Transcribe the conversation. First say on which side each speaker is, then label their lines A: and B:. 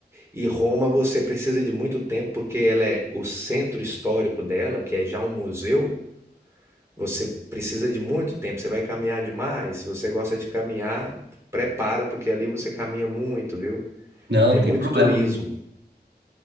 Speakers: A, on the right; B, on the right.
A: E Roma você precisa de muito tempo porque ela é o centro histórico dela, que é já um museu. Você precisa de muito tempo. Você vai caminhar demais. Se você gosta de caminhar, prepara porque ali você caminha muito, viu?
B: Não,
A: E tem
B: tem
A: muito
B: problema.
A: turismo.